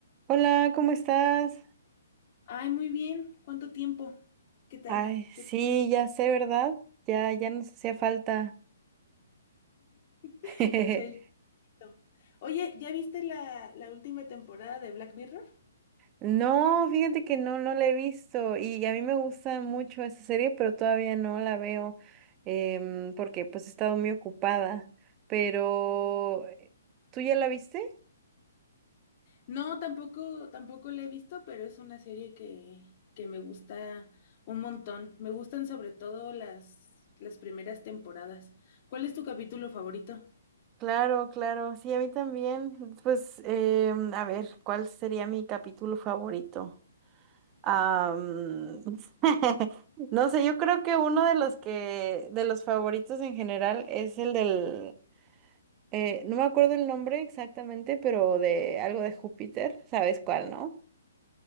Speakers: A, on the right (about 25°); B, on the left (about 40°).
A: Hola, ¿cómo estás?
B: Ay, muy bien. ¿Cuánto tiempo? ¿Qué tal?
A: Ay,
B: ¿Qué
A: sí,
B: tal?
A: ya sé, ¿verdad? Ya, ya nos hacía falta.
B: <laughs>
A: <laughs>
B: Echar el chito. Oye, ¿ya viste la, la última temporada de Black Mirror?
A: No, fíjate que no, no la he visto y a mí me gusta mucho esa serie, pero todavía no la veo em, porque pues he estado muy ocupada. Pero, eh, ¿tú ya la viste?
B: No, tampoco, tampoco la he visto, pero es una serie que, que me gusta un montón. Me gustan sobre todo las, las primeras temporadas. ¿Cuál es tu capítulo favorito?
A: Claro, claro, sí, a mí también. Pues, em, a ver, ¿cuál sería mi capítulo favorito? Am, <laughs> no sé, yo creo que uno de los que, de los favoritos en general es el del, eh, no me acuerdo el nombre exactamente, pero de algo de Júpiter, ¿sabes cuál, no?